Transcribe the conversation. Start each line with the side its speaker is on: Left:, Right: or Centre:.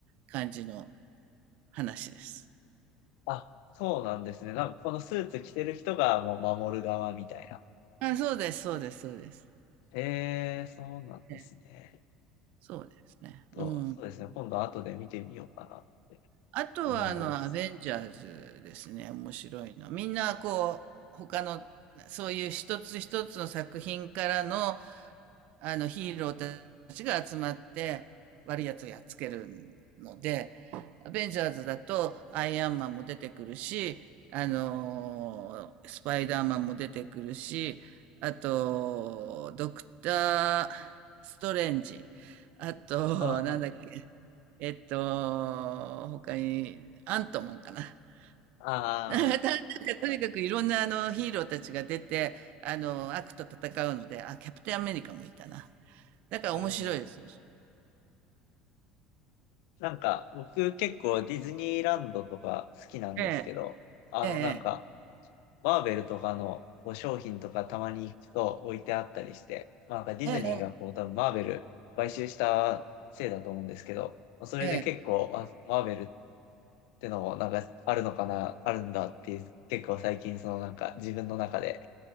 Right: 感じの話です。
Left: あ、そうなんですね。なんかこのスーツ着てる人がもう守る側みたいな。
Right: あ、そうです、そうです、そうです。
Left: ええそうなんですね。
Right: えそうですね。
Left: と、
Right: うん。
Left: そうですね。今度後で見てみようかなと
Right: あとは、
Left: 思います。
Right: あの、アベンジャーズですね。面白いの。みんな、こう、他の、そういう一つ一つの作品からの、あのヒーローたちが集まって悪いやつをやっつけるので、アベンジャーズだとアイアンマンも出てくるし、あのースパイダーマンも出てくるし、あと、ドクター・ストレンジ。あと、
Left: あ
Right: なんだっけ、えっと、他に、アントマンかな。
Left: あ、
Right: <laughs> なんか
Left: ああ、
Right: とにかくいろんなあのヒーローたちが出て、あの、悪と戦うので、あ、キャプテンアメリカもいたな。だから面白いです。
Left: うん。なんか、僕結構ディズニーランドとか好きなんですけど、
Right: ええ、
Left: あのなんか、
Right: ええ、
Left: マーベルとかのこう商品とかたまに行くと置いてあったりして、まあなんかディズニーがこう多分マーベル買収したせいだと思うんですけど、
Right: ええ、
Left: それで結構、
Right: ええ、
Left: あ、マーベルってのもなんかあるのかな、あるんだっていう、結構最近そのなんか自分の中で